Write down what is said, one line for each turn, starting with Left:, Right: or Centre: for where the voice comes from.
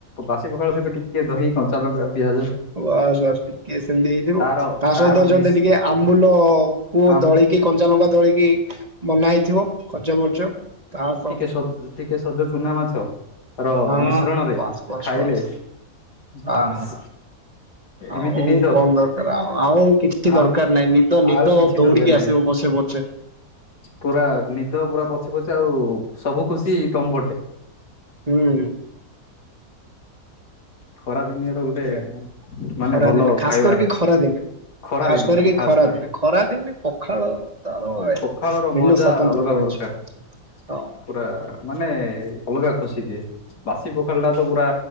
Left: ବାସି ପଖାଳ ସହିତ ଟିକେ ଦହି କଞ୍ଚା ଲଙ୍କା ପିଆଜ
Right: ବାସ ବାସ୍ ଟିକେ ସେମତି ହେଇଥିବ।
Left: ତାର
Right: ତା
Left: ତାର
Right: ସହିତ ଯଦି
Left: ମିଶ
Right: ଟିକେ ଆମ୍ବୁଲ କୁ
Left: ଆମ୍
Right: ଦଳିକି କଞ୍ଚା ଲଙ୍କା ଦଳିକି ବନା ହେଇଥିବ ଖଜ ମର୍ଚ ତା ସ
Left: ଟିକ ସ <unintelligible> ଟିକେ ସଜ ଚୁନାମାଛ। ର
Right: ହଁ
Left: ମିଶ୍ରଣରେ
Right: ହଁ ବାସ୍ ବାସ୍
Left: ଖାଇଲେ
Right: ବାସ୍ ଆ
Left: ବାସ୍
Right: ହା ଆଉ
Left: ଏମିତି ନିଦ
Right: କଣ ଦରକାର ଆ ଆଉ କିଛି
Left: ଆଉ
Right: ଦରକାର ନାହିଁ ନିଦ ନିଦ
Left: ଆଉ କିଛି
Right: ଦୌଡିକି
Left: ଦରକାର ନାହିଁ
Right: ଆସିବ ବସେ ବଛେ।
Left: ପୁରା ନିଦ ପୁରା ପଛେ ପଛେ ଆଉ ସବୁ ଖୁସି ତମ ପଟେ।
Right: ହୁଁ।
Left: ଖରା ଦିନିଆର ଗୋଟେ
Right: ସେଇଆ
Left: ମାନେ
Right: ଖରା
Left: ଭଲ
Right: ଦିନେ ଖାସ
Left: ଖାଇବା।
Right: କରିକି ଖରା ଦିନେ
Left: ଖରା
Right: ଖାସ
Left: ଦିନ
Right: କରିକି
Left: ପାଇଁ ଖାସ
Right: ଖରା
Left: କରି
Right: ଦିନେ ଖରା ଦିନେ ପଖାଳ ତାର
Left: ପଖାଳ ର
Right: ଭିନ୍ନ
Left: ମଜା
Right: ସ୍ଵତନ୍ତ୍ର
Left: ଅଲଗା
Right: ରହିଛି
Left: ବଲ <unintelligible> ସାର୍।
Right: ହଁ।
Left: ପୁରା ମାନେ ଅଲଗା ଖୁସି ଦିଏ। ବାସି ପୋଖାଳଟା ତ ପୁରା